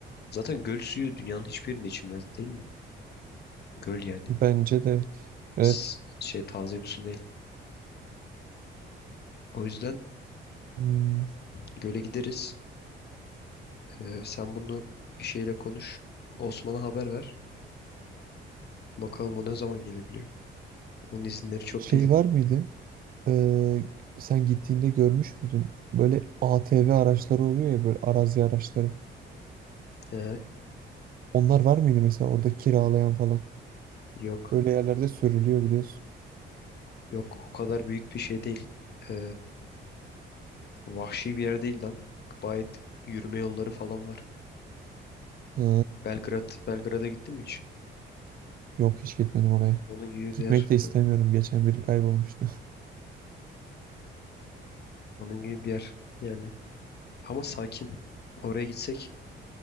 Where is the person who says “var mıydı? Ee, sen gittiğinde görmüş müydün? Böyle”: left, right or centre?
Right